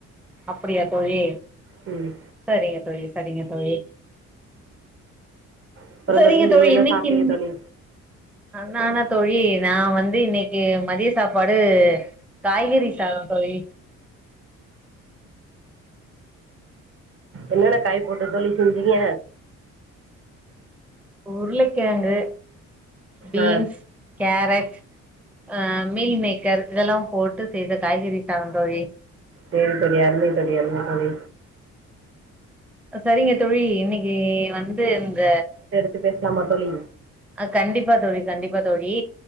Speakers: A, in the centre; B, on the right.
A: அப்படியா தோழி
B: ம்
A: சரிங்க தோழி சரிங்க தோழி
B: அப்புறம்
A: சசரிங்க தோழி
B: நீங்கள் என்ன
A: இன்னைக்கு
B: சாப்பிட்டீங்க தோழி
A: நானா தோழி நா வந்து இன்னைக்கு மதிய சாப்பாடு காய்கறி சாதோ தோழி
B: என்னென்ன காய் போட்டு தோழி செஞ்சீங்க
A: உருளைக்கிழங்கு பீன்ஸ்
B: ஆ
A: கேரட் அ மீல் மேக்கர் இதெல்லா போட்டு செய்த காய்கறி சாதோ தோழி
B: சேரி தோழி அருமை தோழி அருமை தோழி
A: சரிங்க தோழி இன்னைக்கு வந்து இந்த
B: த்தி பேச்லாமா தோழி
A: அ கண்டிப்பா தோழி கண்டிப்பா தோழி